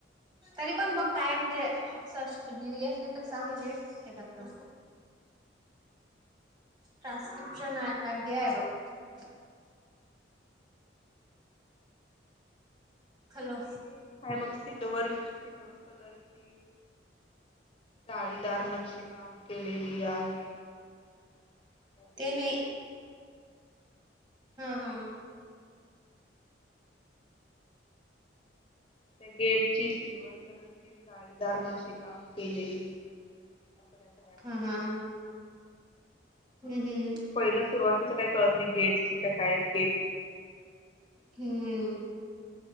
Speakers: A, on the right (about 25°); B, on the left (about 30°).
A: तरी पण बघ काय आहे. म्हणजे सर्च लिहिली असलीत तर सांग. म्हणजे हे करतो. ट्रान्सस्क्रिप्शन आहे आहे बाघ <inaudible> हॅलो
B: ते काय बघ सिल्वर सिल्वर कलरची चाळीदार नक्षी काम केलेली आहे त्यात
A: ते नाही
B: खयती
A: हा हा
B: त्या गेटची सिल्वर कलरची जाळीदारनाशी काम केलेली असं काहीतरी आहे बघ
A: हम्म हा हा हम्म हम्म
B: पहिलं सुरुवातीच काय कळत नाही गेटची का काय गेटची
A: हम्म